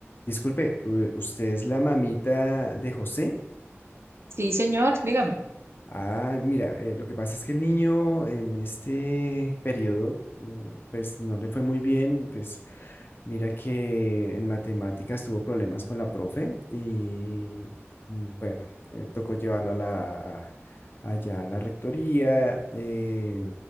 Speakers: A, on the left; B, on the right.
A: Disculpe, u- ¿usted es la mamita de José?
B: Sí, señor, dígame.
A: Ah, mira, eh, lo que pasa es que el niño en este periodo, mm, pues no le fue muy bien, pues mira que en matemáticas tuvo problemas con la profe y mm, bueno, eh, tocó llevarlo a la, a- allá a la rectoría, eh,